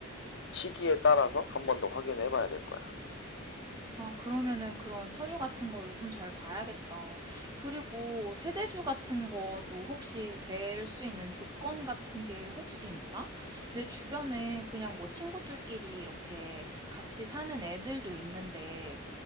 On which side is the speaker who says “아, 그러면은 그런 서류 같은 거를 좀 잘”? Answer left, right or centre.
Right